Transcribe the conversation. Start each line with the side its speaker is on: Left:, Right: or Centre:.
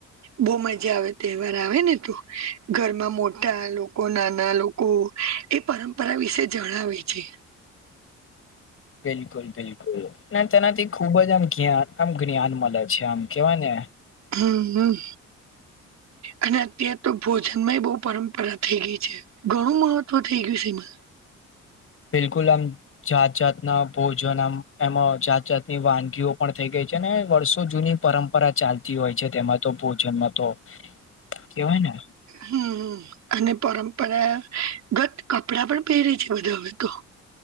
Right: બહ મજા આવે તહેવાર આવે ને તો ઘરમાં મોટા લોકો લોકો નાના લોકો એ પરંપરા વિશે જણાવે છે
Left: બિલકુલ બિલકુલ અને તેનાથી ખુબ જ આમ જ આમ જ્ઞાન મળે છે આમ કેવા ને
Right: હા હમ અને અત્યાર તો ભોજન માં એ બહુ પરંપરા થઈ ગઈ છે ઘણું મહત્વ થઈ ગયું છે એમાં
Left: બિલકુલ અમ જાત જાતના ભોજનમ એમાં જાત જાતની વાનગીઓ પણ થઈ ગઈ છે ને વર્ષો જૂની પરંપરા ચાલતી હોય છે તેમાં તો ભોજનમાં તો કેવાય ને
Right: હમ અને પરંપરાગત કપડાં પણ પહેરે છે બધા હવે તો